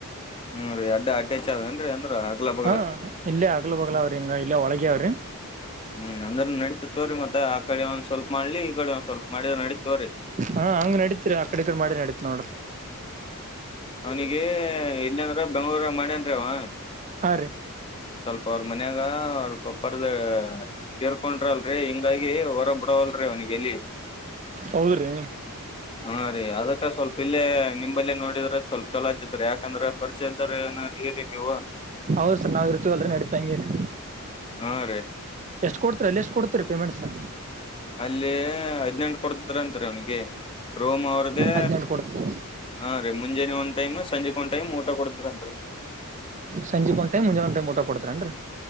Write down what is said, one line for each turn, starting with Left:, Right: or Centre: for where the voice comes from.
Left: ಹ್ಮ್ ರೀ ಅಡ್ಡ ಅಟ್ಯಾಚ್ ಅವೇನ್ರಿ ಅಂದ್ರ ಅಗ್ಲ ಬಗ್ಲ
Right: ಹಾ ಇಲ್ಲೇ ಅಗ್ಲ ಬಗ್ಲ ಅವ್ರಿ ಹಿಂಗ ಇಲ್ಲೇ ಒಳಗೆ ಅವ್ರಿ.
Left: ಹ್ಮ್ ಅಂದ್ರ ನಡೀತತ್ ತೋಗರಿ ಮತ್ತೆ ಆ ಕಡೆ ಒಂದ್ ಸ್ವಲ್ಪ ಮಾಡ್ಲಿ ಈ ಕಡೆ ಒಂದ್ ಸ್ವಲ್ಪ ಮಾಡಿದ್ರ ನಡಿತದ್ ತಗೊರಿ.
Right: ಹಾ ಹಂಗ ನಡಿತರ ಆ ಕಡೆ ಇಕಡೆ ಮಾಡಿ ನಡಿತ್ ನೋಡು.
Left: ಅವ್ನಿಗೆ ಇಲ್ಲಂದ್ರ ಬೆಂಗ್ಳೂರ ಮಾಡ್ಯನ್ ರಿ ಅವ.
Right: ಆ ರಿ.
Left: ಸ್ವಲ್ಪ ಅವ್ರು ಮನ್ಯಾಗ ಅವ್ರ ಪಪ್ಪರ್ದ ತರ್ಕೊಂಡಲ್ರರಿ ಹಿಂಗಾಗಿ ಹೊರ ಬಿಡವಲ್ರೀ ಅವನಿಗೆಲ್ಲಿ.
Right: ಹೌದ್ರಿ.
Left: ಹಾ ರೀ ಅದಕ್ಕ ಸ್ವಲ್ಪ ಇಲ್ಲೇ ನಿಂಬಲ್ಲಿ ನೋಡಿದ್ರೆ ಸ್ವಲ್ಪ ಚಲೋ ಇದ್ದತ್ ರಿ ಯಾಕಂದ್ರ. ಪರ್ಷೆ ಇದ್ದಾರ <unintelligible> ಹೀರಿ ನೀವು.
Right: ಹೌದ್ ಸರ್ ನಾವ್ ಇರ್ತಿವಲ್ಲ ನಡೀತಾ ಹಂಗೇನೆ.
Left: ಹಾ ರೀ.
Right: ಎಷ್ಟು ಕೊಡ್ತೀರಿ ಅಲ್ಲಿ ಎಷ್ಟು ಕೊಡ್ತೀರಿ ಪೇಮೆಂಟ್ ಸರ್
Left: ಅಲ್ಲಿ ಹದ್ನೆಂಟು ಕೊಡ್ತ ಅಂತ್ರಿ ಅವ್ನಿಗೆ ರೋ ಮು ಅವ್ರ್ ದೆ.
Right: ಹದ್ನೆಂಟು ಕೊಡ್ತರಿ
Left: ಹಾ ದಿ ಮುಂಜಾನೆ ಒನ್ ಟೈಮ ಸಂಜೆ ಒಂದ್ ಟೈಮ ಊಟ ಕೊಡದ್ರರಿ.
Right: ಸಂಜೆ ಒಂದ್ ಟೈಮ್ ಮುಂಜಾನೆ ಒಂದು ಟೈಮ್ ಊಟ ಕೊಡ್ತಾರೇನ್ರೀ.